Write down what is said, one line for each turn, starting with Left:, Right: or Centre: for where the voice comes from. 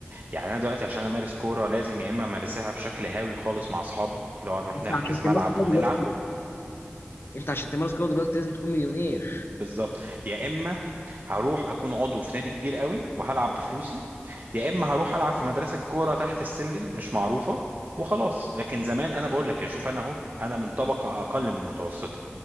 Right: يعني انا دلوقتي عشان امارس كوره لازم يا اما امارسها بشكل هاوي خالص مع اصحابي لو هنروح
Left: انت
Right: نحجز
Left: عشان
Right: ملعب
Left: تمارس كده
Right: ونلعب
Left: دلوقتي انت عشان تمارس كده دلوقتي لازم تكون مليونير
Right: بالظبط يا اما هروح اكون عضو في نادي كبير قوي وهلعب بفلوسي يا اما هروح العب في مدرسه كوره تحت السلم مش معروفه وخلاص لكن زمان انا بقول لك يعني شوف انا اهو انا من طبقه اقل من المتوسطه